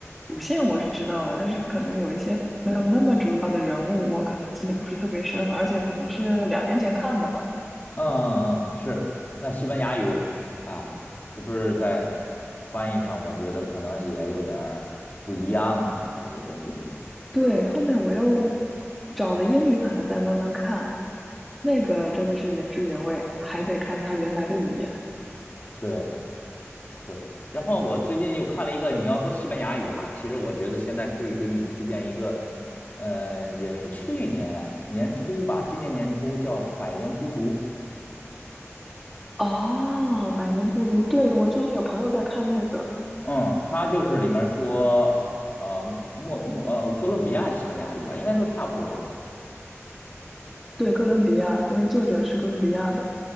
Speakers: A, in the centre; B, on the left (about 35°).
A: 主线我是知道的，但是可能有一些没有那么主要的人物，我可能记得不是特别深，而且可能是两年前看的了。
B: 嗯嗯嗯，是。那西班牙语啊，是不是在翻译上，我觉得可能也有点儿不一样啊？它这跟英语，
A: 对，后面我又找了英语版的再慢慢看，那个真的是原汁原味，还得看它原来的语言。
B: 对对。然后我最近又看了一个，你要说西班牙语哈，其实我觉得现在可以给你推荐一个，呃，也是去年年初吧，今年年初叫《百年孤独》。
A: 哦，《百年孤独》，对，我最近有朋友在看那个。
B: 嗯，它就是里面说，呃，莫莫呃，哥伦比亚西班牙语吧，应该都差不多吧。
A: 对，哥伦比亚，因为作者是哥伦比亚的。